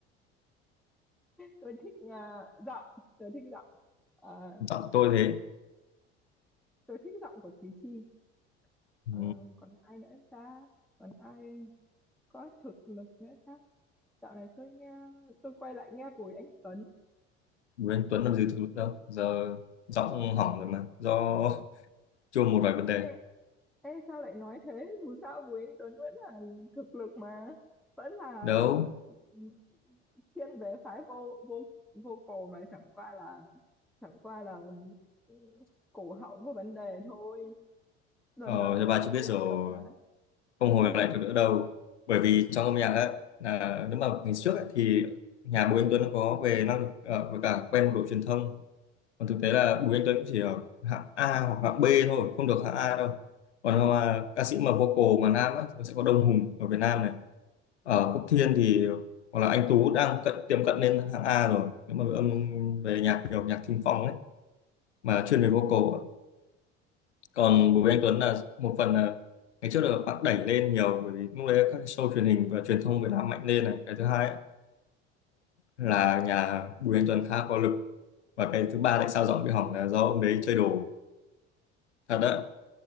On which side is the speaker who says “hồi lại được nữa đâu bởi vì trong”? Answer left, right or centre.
Left